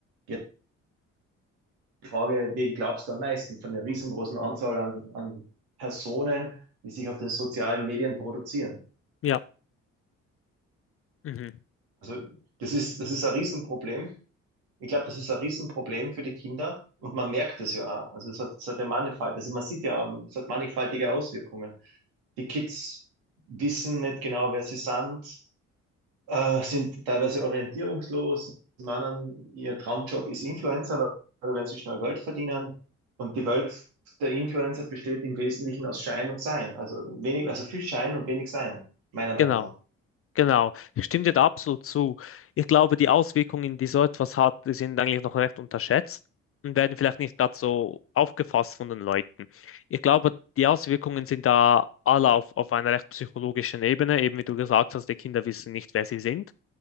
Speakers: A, on the right; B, on the left.
A: Jetzt die Frage, wen glaubst du am meisten von der riesengroßen Anzahl an, an Personen, die sich auf den sozialen Medien produzieren?
B: ja, mhm,
A: Also, das ist, das ist ein Riesenproblem. Ich glaube, das ist ein Riesenproblem für die Kinder und man merkt es ja auch. Also es hat, es hat ja mannigfalt, also man sieht ja, es hat mannigfaltige Auswirkungen. Die Kids wissen nicht genau, wer sie sind, äh, sind teilweise orientierungslos, meinen, ihr Traumjob ist Influencer, weil weil wenn sie schnell Geld verdienen. Und die Welt der Influencer besteht im Wesentlichen aus Schein und Sein. Also wenig, also viel Schein und wenig Sein, meiner Meinung
B: genau.
A: nach.
B: Genau, ich stimme dir da absolut zu. Ich glaube, die Auswirkungen, die so etwas hat, die sind eigentlich noch recht unterschätzt und werden vielleicht nicht gerade so aufgefasst von den Leuten. Ich glaube, die Auswirkungen sind da alle auf, auf einer recht psychologischen Ebene, eben wie du gesagt hast, die Kinder wissen nicht, wer sie sind.